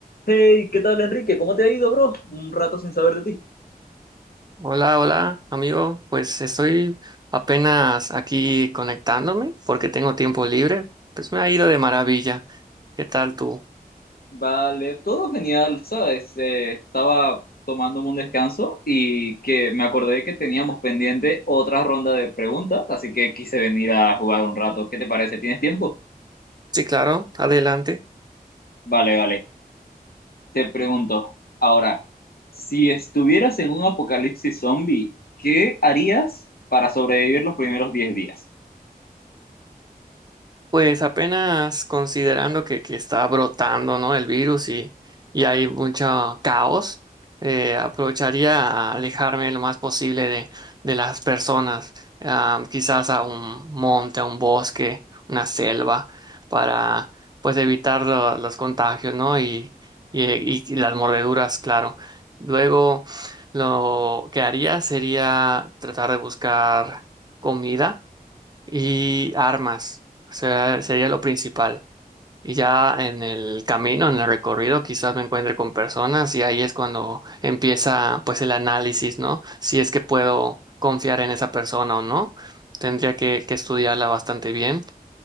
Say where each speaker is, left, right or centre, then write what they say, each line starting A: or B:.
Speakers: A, on the left (about 75°); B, on the right (about 25°).
A: Hey, ¿qué tal, Enrique? ¿Cómo te ha ido, bro? Un rato sin saber de ti.
B: Hola, hola, amigo. Pues estoy apenas aquí conectándome porque tengo tiempo libre. Pues me ha ido de maravilla. ¿Qué tal tú?
A: Vale, todo genial, ¿sabes? Eh, estaba tomándome un descanso y que me acordé que teníamos pendiente otra ronda de preguntas, así que quise venir a jugar un rato. ¿Qué te parece? ¿Tienes tiempo?
B: Sí, claro, adelante.
A: Vale, vale. Te pregunto, ahora, si estuvieras en un apocalipsis zombie, ¿qué harías para sobrevivir los primeros 10 días?
B: Pues apenas considerando que, que está brotando, ¿no? El virus y, y hay mucho caos, eh, aprovecharía a alejarme lo más posible de, de las personas, ah, quizás a un monte, a un bosque, una selva, para pues evitar lo- los contagios, ¿no? Y, y, y- y las mordeduras, claro. Luego, lo que haría sería tratar de buscar comida y armas. O sea, sería lo principal. Y ya en el camino, en el recorrido, quizás me encuentre con personas y ahí es cuando empieza pues el análisis, ¿no? Si es que puedo confiar en esa persona o no. Tendría que, que estudiarla bastante bien